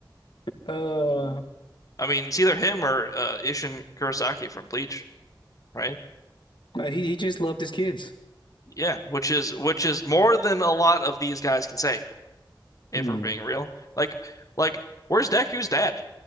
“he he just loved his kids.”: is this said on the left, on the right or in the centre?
Left